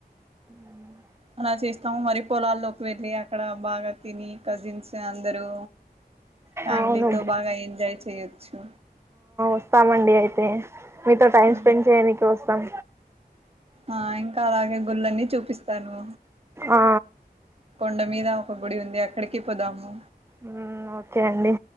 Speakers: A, on the right; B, on the right.
A: ఉమ్
B: అలా చేస్తాము మరి పొలాల్లోకి వెళ్ళి అక్కడ బాగా తిని కజిన్స్ అందరుూ ఫ్యామిలీతో
A: అవును
B: బాగా ఎంజాయ్ చేయొచ్చు
A: వాస్థమ అండీ అయితే మీతో టైమ్
B: ఆహా
A: స్పెండ్ చేయడానికి వస్త ఇస్తం
B: ఆ ఇంకాళగే గుల్ళని చూపిస్తాను
A: ఆ
B: కొండ మీద ఒక గుడి ఉంది అక్కడికి పోదాము
A: ఉమ్ ఓకే అండి